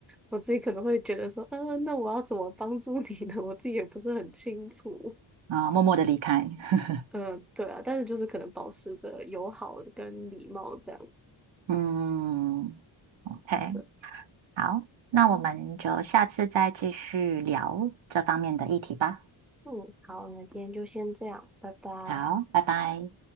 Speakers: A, in the centre; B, on the right.
A: 我自己可能会觉得说，嗯，那我要怎么帮助你呢？<laughs> 我自己也不是很清楚。
B: 啊、默默的离开。<laughs>
A: 呃，对啊，但是就是可能保持着友好跟礼貌这样。
B: 嗯，OK，
A: 对，
B: 好，那我们就下次再继续聊这方面的议题吧。
A: 嗯，好，那今天就先这样，拜拜。
B: 好，拜拜。